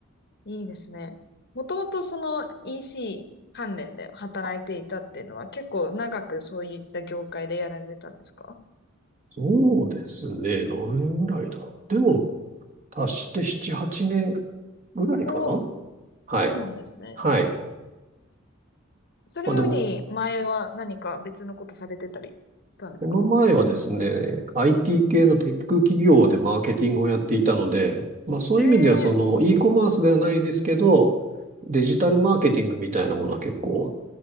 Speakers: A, on the left; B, on the right.
A: いいですね。もともとその EC 関連で働いていたっていうのは結構長くそういった業界でやられてたんですか
B: そうですね。何年ぐらいだろう。でも、足して7、8年ぐらいかな。
A: おおー、
B: はい。
A: そうなんですね。
B: はい。
A: それより前は何か別のことされてたりしたんですか
B: まあでも、この前はですね、IT 系のテック企業でマーケティングをやっていたので、まあそういう意味ではその
A: ええ
B: e コマースではないですけど、デジタルマーケティングみたいなものは結構